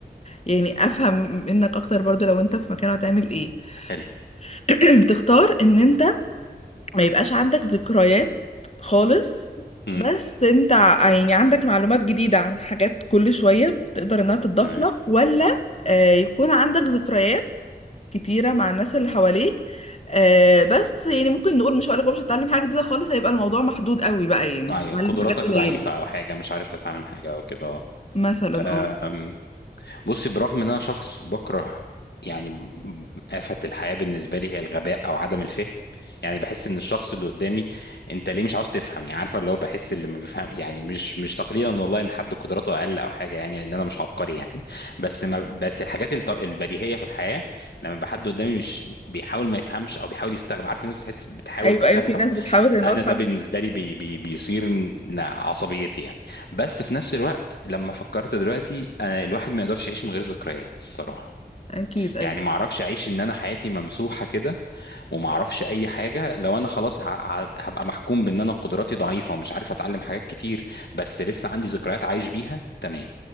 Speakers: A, on the left; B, on the left.
A: يعني افهم منك اكتر برضو لو انت في مكانه هتعمل ايه
B: حلو
A: <clears throat> تختار ان انت ما يبقاش عندك ذكريات خالص
B: امم
A: بس انت يعني عندك معلومات جديدة عن حاجات كل شوية تقدر انها تضاف
B: تمام
A: لك ولا آه، يكون عندك ذكريات كتيرة مع الناس اللي حواليك آه، بس يعني ممكن نقول مش هقولك بقى مش هتتعلم حاجة جديدة خالص هيبقى الموضوع محدود قوي بقى يعني
B: أي-
A: هتتعلم
B: قدراتك
A: حاجات قليلة
B: ضعيفه او حاجه مش عارف تتعلم حاجه او كده
A: مثلا
B: اه
A: اه
B: بصي برغم ان انا شخص بكره يعني آفة الحياة بالنسبة لي هي الغباء او عدم الفهم يعني بحس ان الشخص اللي قدامي انت ليه مش عاوز تفهم يعني عارفة اللي هو بحس اللي ما بفهم يعني مش مش تقليلا والله ان حد قدراته اقل او حاجة يعني لان انا مش عبقري يعني بس ما بس الحاجات الط- البديهية في الحياة لما بحد قدامي مش بيحاول ما يفهمش او بيحاول يستغرب عارف الناس بتحس بتحاول
A: ايوه
B: تستغبى
A: ايوه في ناس بتحاول انها
B: انا
A: تحسن
B: ده بالنسبه لي بي بي بيثير ن- عصبيتي يعني بس في نفس الوقت لما فكرت دلوقتي أنا الواحد ما يقدرش يعيش من غير ذكريات الصراحه
A: اكيد ايوه
B: يعني ما اعرفش اعيش ان انا حياتي ممسوحه كده وما اعرفش اي حاجه لو انا خلاص ه- ه- هبقى محكوم بان انا قدراتي ضعيفه ومش عارف اتعلم حاجات كتير بس لسه عندي ذكريات عايش بيها تمام